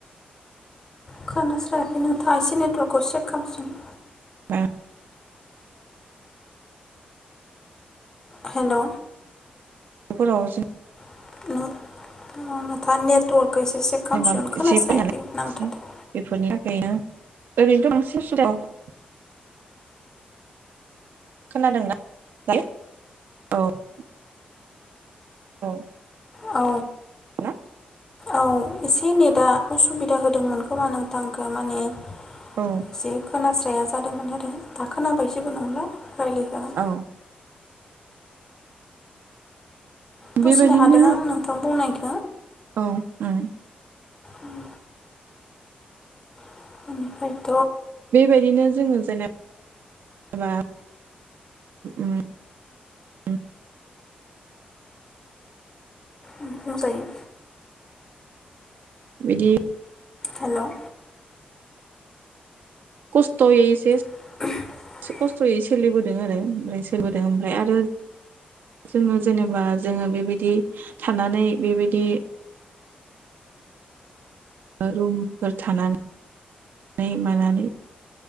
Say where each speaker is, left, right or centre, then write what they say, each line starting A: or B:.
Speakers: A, on the left; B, on the right.
A: खोनानास्रायाखै नों था एसेनो अट'खौ चेक खालामामसिन
B: बा
A: हेलौ
B: बेफोरावजों
A: <inaudible>
B: <unintelligible>
A: खालामफिन खोनास्रायाखै नांथादों
B: <unintelligible> औ
A: औ
B: दाना
A: औ एसे नेट दा असुबिदा होदोंमोन खोमा नोंथांखो माने एसे
B: औ
A: खोनास जादोंमोन आरो दा खोनाबायसबो नंला रायज्लायजागोन
B: औ
A: बुजिनो
B: बेबायदिनो
A: हादों आं नोंथां बुंनायखौ
B: औ ओम
A: उम बिनिफ्राय
B: बेबायदिनो जोंङो जेनेबा ओम
A: <inaudible> बुंजायो
B: बिदि
A: हेलौ
B: खसथ'यै एसे
A: <unintelligible>
B: खस्थ'यै सोलिबोदों आरो ओमफ्राय सोलिबोदों आरो ओमफ्राय आरो जों जेनेबा जोंङो बेबायदि थानानै बेबायदि रुमफोर थानानै मानानै